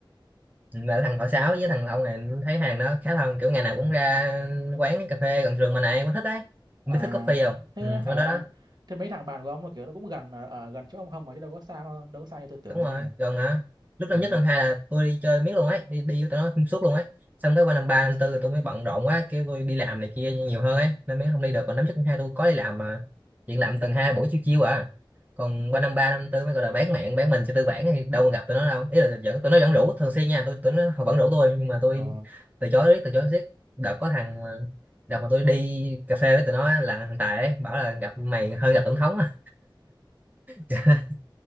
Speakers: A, on the right; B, on the right.
A: Ừ, là thằng hỏi sáo với thằng ông này thấy hàng đó khá thân kiểu ngày nào
B: ờ
A: cũng ra quán cà phê gần trường mà này có thích đấy
B: à
A: không biết thích coffee không
B: thế
A: ừ,
B: hả
A: quán đó đó
B: thế mấy thằng bạn của ông nó kiểu nó cũng gần ở, ở gần chỗ ông không mà chứ đâu có xa đâu, đâu có xa như tôi tưởng
A: đúng rồi
B: đấy cơ nhà
A: gần mà lúc năm
B: ờ
A: nhất năm hai là tôi đi chơi miết luôn ấy đi đi với tụi nó xuyên suốt luôn ấy xong cái qua năm ba năm tư tôi mới bận rộn quá kêu tôi đi làm này kia nhiều hơn ấy nên mới không đi được còn năm nhất năm hai tôi có đi làm mà chuyện làm tuần hai buổi chiều chiều à còn qua năm ba năm tư mới gọi là bán mạng bán mình cho tư bản thì đâu còn gặp tụi nó đâu ý là vẫn tụi nó vẫn rủ thường xuyên nha tôi tụi nó họ vẫn rủ tôi nhưng mà tôi
B: ờ
A: từ chối riết từ chối riết đợt có thằng mà- đợt mà tôi đi cà phê với tụi nó á, là thằng Tài ấy bảo là gặp mày hơn gặp tổng thống á <laughs>